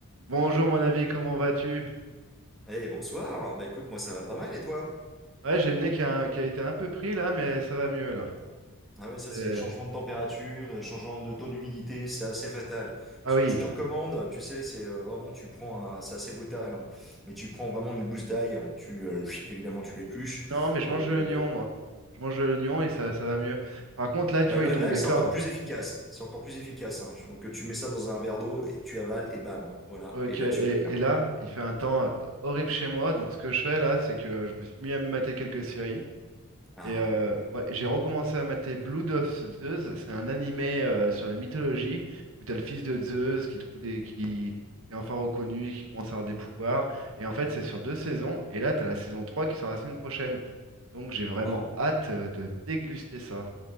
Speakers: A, on the right (about 65°); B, in the centre.
A: Bonjour mon ami, comment vas-tu?
B: Eh bonsoir, bah écoute moi ça va pas mal et toi?
A: Ouais, j'ai le nez qui a, qui a été un peu pris là, mais ça va mieux là.
B: Ah oui
A: C'était-
B: ça c'est les changements de température, euh, changement de taux d'humidité, c'est assez fatal.
A: Ah
B: Ce
A: oui.
B: que je te recommande, tu sais, c'est euh, vraiment tu prends un, c'est assez brutal, hein, mais tu prends vraiment une gousse d'ail, hein, tu euh, chut, évidemment tu l'épluches.
A: Non, mais je
B: Euh,
A: mange de l'oignon moi. Je mange de l'oignon et ça, ça va mieux. Par contre là, tu
B: bah,
A: vois,
B: le-
A: il tombe
B: l'ail
A: des
B: c'est
A: cordes.
B: encore plus efficace, c'est encore plus efficace. hein. Donc tu mets ça dans un verre d'eau et tu avales et bam, voilà.
A: Ok,
B: Et là
A: et,
B: tu vas être bien.
A: et là, il fait un temps euh, horrible chez moi, donc ce que je fais là, c'est que je me suis mis à me mater quelques séries.
B: Ah
A: Et euh, ouais, j'ai recommencé à mater Blood of Zeus. C'est un animé euh, sur la mythologie où t'as le fils de Zeus qui trouve des qui, qui est enfin reconnu, qui commence à avoir des pouvoirs. Et en fait, c'est sur deux saisons. Et là, t'as la saison 3 qui sort la semaine prochaine. Donc j'ai vraiment
B: waouh,
A: hâte euh, de déguster ça.